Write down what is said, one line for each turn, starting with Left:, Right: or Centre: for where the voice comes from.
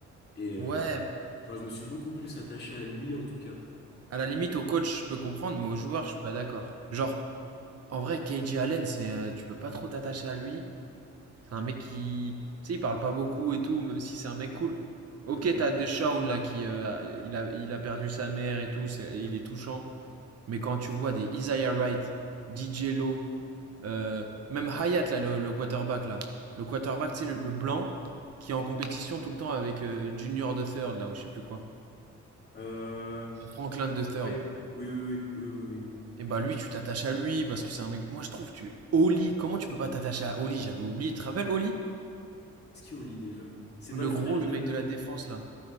Left: Et euh,
Right: Ouais,
Left: enfin, je me suis beaucoup plus attaché à lui en tout cas.
Right: à la limite, au coach, je peux comprendre, mais au joueur, je suis pas d'accord. Genre, en vrai, KJ Allen, c'est, euh, tu peux pas trop t'attacher à lui. C'est un mec qui, tu sais, il parle pas beaucoup et tout, même si c'est un mec cool. Ok,
Left: Ouais.
Right: t'as Deshaun, là, qui, euh, il a, il a perdu sa mère et tout, c'est- il est touchant. Mais quand tu vois des Isaiah Wright, DJ Lowe, euh, même Hayat, là, le, le quarterback, là. Le quarterback, tu sais, le, le blanc, qui est en compétition tout le temps avec euh, Junior de Third, là, ou je sais plus quoi.
Left: Euh,
Right: Franklin de Third.
Left: ouais. Oui, oui, oui, oui, oui, oui.
Right: Et bah lui, tu t'attaches à lui parce que c'est un mec. Moi, je trouve, tu. Oli, comment tu peux pas t'attacher à Oli J'avais oublié. Tu te rappelles Oli
Left: C'est qui Oli déjà? C'est
Right: Le
Left: pas le frère
Right: gros,
Left: de...
Right: le mec de la défense, là.